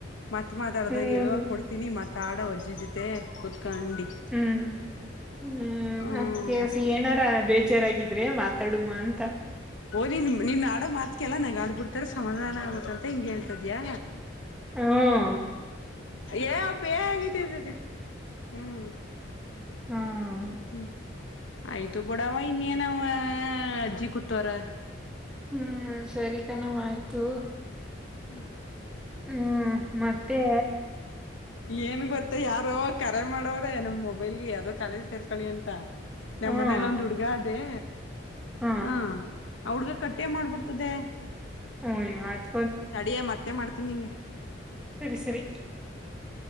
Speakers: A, on the left (about 75°); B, in the centre.
A: ಮತ್ ಮಾತಾಡದಾಗ
B: ಹ್ಮ್
A: ಎಳುವಾಗ ಕೊಡ್ತೀನಿ ಮಾತಾಡು ಅಜ್ಜಿ ಜೊತೆ ಕುತ್ಕಂಡಿ
B: ಹ್ಮ್ ಹ್ಮ್
A: ಹ್ಮ್
B: ಅದ ಕೆಲ್ಸಿ ಏನಾರ ಬೇಜಾರಾಗಿದ ಆದ್ರೆ ಮಾತಾಡುವ ಅಂತ
A: ಓ ನೀನ್ ನಿನ್ ಆಡೋ ಮಾತ್ಕಲ್ಲ ನಾಗಾಡಬಿಡ್ತಾರೆ ಸಮಾಧಾನ ಆಗುತ್ತ ಅಂತ ಹಿಂಗೆ ಹೇಳ್ತದ್ಯಾ
B: ಹ್ಮ್
A: ಏ ಪೇ ಆಗಿದೆಕ್ಕೆ ಹ್ಮ್
B: ಹ್ಮ್
A: ಹ್ಮ ಆಯ್ತು ಬಡವಾ ಇನ್ನ ನ ಅಜ್ಜಿ ಕು <unintelligible> <unintelligible> ತರ
B: ಹ್ಮ್ ಸರಿ ಕಣಮ್ಮ್ ಆಯ್ತು
A: ಹ್ಮ <unintelligible>
B: ಹ್ಮ್ ಮತ್ತೆ
A: ಏನ್ ಗೊತ್ತ ಯಾರೋ ಕರೆ ಮಾಡವ್ರೆ ನಮ್ ಮೊಬೈಲ್ಗೆ ಯಾವ್ದೋ ಕರೆ ಸೇರ್ಕಳಿ ಅಂತ
B: ಹ್ಮ
A: ನಮ್ಮ್ ಮನೇಲಿ ಒಂದು ಹುಡ್ಗ ಅದೇ
B: ಹ್ಮ
A: ಹಾ <unintelligible> ಅವಡ್ಗ ಕಟ್ಟೆ ಮಾಡ್ಬಿಡ್ತದೆ
B: ಓಯ ಆಯ್ತ
A: ತಡಿಯ ಮತ್ತೆ ಮಾಡ್ತೀನಿ ನಿಂಗೆ
B: ಸರಿ ಸರಿ
A: ಮುಡಿ